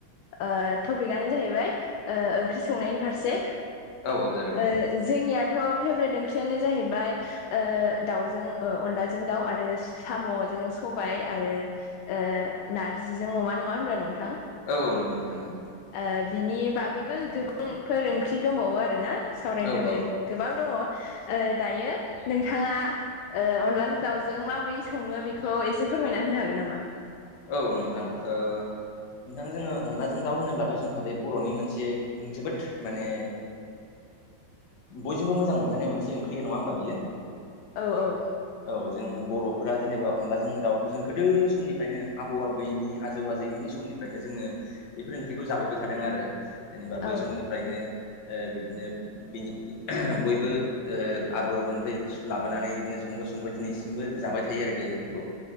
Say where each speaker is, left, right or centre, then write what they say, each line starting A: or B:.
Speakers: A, on the left (about 80°); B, on the left (about 60°).
A: ओ टपिकआनो जाहैबाय ओ ओंख्रि संनायनि फारसे
B: औ औ जागोन नोंथां
A: ओ जोंनियाथ' फेभरेट ओंख्रियानो जाहैबाय ओ दाउजों अनलाजों दाउ आरो साम'जों सबाय आरो ओ नारजिजों अमा नङा होनबा नोंथां
B: औ नंगौ नोंथां नंगौ
A: ओ बिनि बागैबो गोबांफोर ओंख्रि दंबावो आरोना सावरायनो
B: औ
A: थाखै।
B: औ
A: गोबां दङ ओ दायो नोंथाङा ओ अनलाजों दाउजों माबोरै सङो बेखौ एसे फोरमायना होनो हागोन नामा?
B: औ नोंथां ओ नोंथां जोङो अनलाजों दाउ होनोब्लाथ' जोंहा बे बर'नि मोनसे ओम जोबोद माने बयजोंबो मोजां मोनजानाय मोनसे ओंख्रि नङा होमबा बियो?
A: औ औ
B: औ जों बर'फोरा जेनेबा अनलाजों दाउखौ जों गोदो समनिफ्रायनो आबौ आबैनि आजौ आजैमोननि समनिफ्रायनो जोङो बेफोर ओंख्रिखौ जाबोबाय थादों आरो जेनेबा
A: औ
B: बै समनिफ्रायनो ओ बिदिनो बिनि। बयबो ओ आबौ आबौनिफ्राय लाबोनानै बिदिनो संबो संबाय दिनै बो जाबाय थायो आरो बे ओंख्रिखौ।